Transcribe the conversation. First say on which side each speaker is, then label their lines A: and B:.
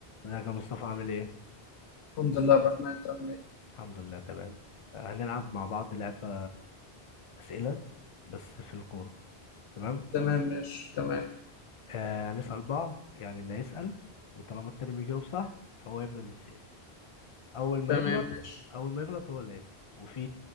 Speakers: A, on the left (about 45°); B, on the left (about 85°).
A: ازيك يا مصطفى عامل ايه؟
B: الحمد لله يا عبد الرحمن انت عامل ايه؟
A: الحمد لله تمام هنلعب مع بعض لعبة أسئلة بس في الكورة تمام؟
B: تمام ماشي تمام
A: آه هنسأل بعض يعني اللي هيسأل وطالما التاني بيجاوب صح فهو يفضل يتسأل أول ما
B: تمام
A: يغلط
B: ماشي
A: أول ما يغلط هو اللي يسأل وفي